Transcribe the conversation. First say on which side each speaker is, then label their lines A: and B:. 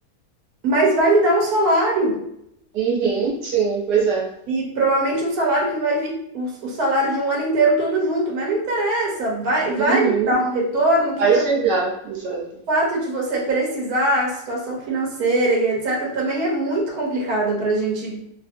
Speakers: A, on the right; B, on the right.
A: mas vai me dar um salário.
B: Uhum, sim, pois é.
A: E provavelmente um salário que vai vir, o, o salário de um ano inteiro todo junto, mas não interessa, vai, vai
B: Uhum,
A: me dar um retorno que
B: vai chegar, exato.
A: o fato de você precisar, a situação financeira e etc., também é muito complicada para a gente,